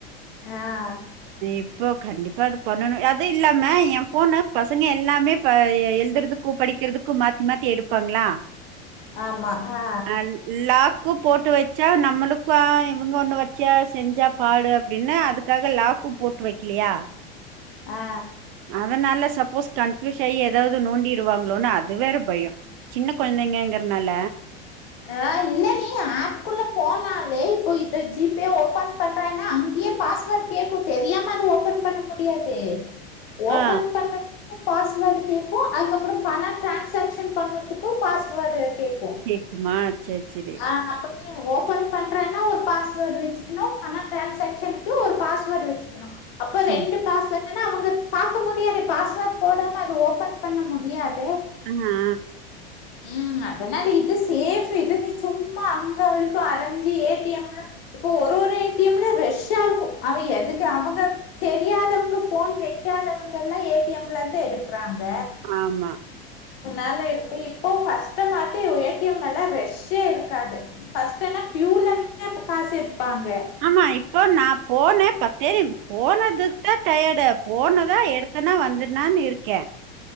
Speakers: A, on the left; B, on the right.
A: ஆஹ்
B: இப்போ கண்டிப்பா அது பண்ணணு அது இல்லாம ஏன் ஃபோன பசங்க எல்லாமே ப எழுதுறதுக்கு படிக்கிறதுக்கு மாத்தி மாத்தி எடுப்பாங்களா
A: ஆமா ஆ,
B: அஹ் லாக்கு போட்டு வச் வச்சா நம்மளுக்கு இவுங்க ஒண்ணு வச்சா செஞ்சா பாடு அப்டின்னு அதுக்காக லாக்கு போட்டு வை க்கிலியா
A: ஆ.
B: அதனால சொ சப்போஸ் கன்ஃப்யூஸ் ஆயி ஏதாவது நோண்டிருவாங்களோன்னு அது வேற பயோம் சின்ன கெழந்தைங்கங்கறனால
A: ஆ இல்ல நீ ஆப்க்குள்ள போனாலே இப்போ இத ஜிபே ஓபன் பண்றேன்னா அங்கயே பாஸ்வேர்ட் கேக்கு தெரியாம அதை ஓபன் பண்ண முடியாது ஓபன்
B: ஆ
A: பண்ண பாஸ்வேர்டு கேக்கு அதுக்கப்புற பண டிரான்சாக்க்ஷன் பண்றதுக்கு பாஸ்வேர்டு கேக்கு
B: கேக்குமா சேரி சேரி
A: ஆஹ் <unintelligible> <unintelligible> ஓபன் பண்றேன்னா ஒரு பாஸ்வேர்ட் வச்சுக்கணு பண டிரான்ஸாக்ஷனுக்கு ஒரு பாஸ்வேர்ட் வச்சுக்கணு அப்போ ரெண்டு
B: ம்
A: பாஸ்வேர்ட் ஏன்னா அவுங்க பாக்க முடியாது பாஸ்வேர்ட் போடாம அது ஓபன் பண்ண முடியாது
B: ஆ ஆ
A: ம் அதனால இது சேஃப் இது சும்மா அங்க வரைக்கும் அலைஞ்சி ஏடிஎம்ல இப்போ ஒரு ஒரு ஏடிஎம்ல ரெஷ்ஷா இருக்கும் அவன் எதுக்கு அவுங்க தெரியாதவங்க போன் வைக்காதவங்க எல்லாம் ஏடிஎம்ல இருந்து எடுக்கறாங்க
B: ஆ ஆமா
A: த அ இத்தநாளு இருக்க இப்போ இப்போ பர்ஸ்ட்டு மாத்தி ஒரு ஏடிஎம்ல்லாம் ரெஷ் சே இருக்காது பஸ்ட் என்ன கியூல நின்னுகாசு எடுப்பாங்க
B: ஆமா இப்போ நா போனே பத்தே நிம் போனதுக்கு தான் டயர்டு போனதா எடுத்துனா வந்தனான்னு இருக்கேன்